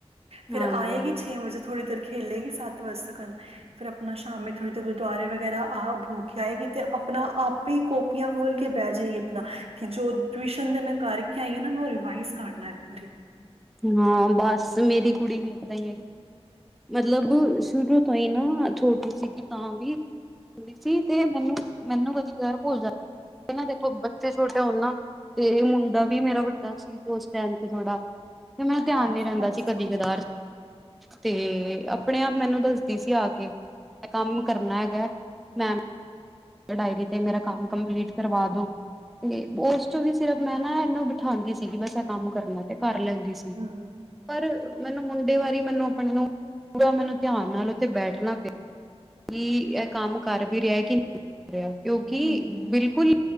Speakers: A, on the right (about 65°); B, in the centre.
A: ਫੇਰ
B: ਹਾਂਜੀ
A: ਆਏਗੀ
B: ਹਾਂਜੀ
A: ਛੇ ਵਜੇ। ਥੋੜ੍ਹੀ ਦੇਰ ਖੇਲੇਗੀ ਸੱਤ ਵਜੇ ਤੱਕਨ। ਫੇਰ ਆਪਣਾ ਸ਼ਾਮੀ ਥੋੜ੍ਹੀ ਦੇਰ ਗੁਰਦੁਆਰੇ ਵਗੈਰਾ ਆ ਬੋ ਕੇ ਆਏਗੀ, ਤੇ ਆਪਣਾ ਆਪ ਈ ਕੋੋਪੀਆਂ ਖੋਲ ਕੇ ਬਹਿ ਜੇਗੀ ਆਪਣਾ, ਕਿ ਜੋ ਟਿਊਸ਼ਨ ਤੇ ਮੈਂ ਕਰ ਕੇ ਮੈਂ ਆਈ ਆ ਨਾ, ਮੈਂ ਉਹ ਰਿਵਾਈਸ ਕਰਲਾ ਇੱਕ ਵਾਰੀ।
B: ਹਾਂ, ਬਸ ਮੇਰੀ ਕੁੜੀ ਵੀ ਏਦਾਂ ਈ ਹੈਗੀ। ਮਤਲਬ ਸ਼ੁਰੂ ਤੋਂ ਹੀ ਨਾ ਛੋਟੀ ਸੀਗੀ ਤਾਂ ਵੀ ਹੁੰਦੀ ਸੀ, ਤੇ ਮੈਨੂੰ- ਮੈਨੂੰ ਕਦੀ ਕਦਾਰ ਭੁੱਲ ਜਾਂ ਤੇ ਨਾ ਦੇਖੋ, ਬੱਚੇ ਛੋਟੇ ਹੋਣ ਨਾ ਤੇ ਮੁੰਡਾ ਵੀ ਮੇਰਾ ਵੱਡਾ ਸੀ ਉਸ ਟਾਈਮ ਤੇ ਥੋੜਾ, ਤੇ ਮੈਨੂੰ ਧਿਆਨ
A: ਅੱਛਾ
B: ਨੀ ਰਹਿੰਦਾ ਸੀ, ਕਦੀ
A: ਹੂੰ
B: ਕਦਾ ਤੇ ਆਪਣੇ ਆਪ ਮੈਨੂੰ ਦੱਸਦੀ ਸੀ ਆ ਕੇ, ਮੈਂ ਕੰਮ ਕਰਨਾ ਹੈਗਾ। ਮੈਮ ਡਾਇਰੀ ਤੇ ਮੇਰਾ ਕੰਮ ਕੰਪਲੀਟ ਕਰਵਾ ਦੋ। ਉਸ ਚ ਵੀ ਸਿਰਫ ਮੈਂ ਨਾ ਇਹਨੂੰ ਬਿਠਾਂਦੀ ਸੀਗੀ, ਬਸ ਇਹ ਕੰਮ ਕਰਨਾ, ਤੇ ਕਰ ਲੈਂਦੀ ਸੀ।
A: ਹੂੰ
B: ਪਰ ਮੈਨੂੰ ਮੁੰਡੇ ਵਾਰੀ ਮੈਨੂੰ ਆਪਣੇ ਨੂੰ, ਪੂਰਾ ਮੈਨੂੰ ਧਿਆਨ ਨਾਲ ਉੱਥੇ ਬੈਠਣਾ ਪਿਆ। ਕੀ ਇਹ ਕੰਮ ਕਰ ਵੀ ਰਿਹਾ, ਕਿ ਨਹੀਂ ਕਰ ਰਿਹਾ, ਕਿਉਂਕਿ
A: ਹੂੰ
B: ਬਿਲਕੁਲ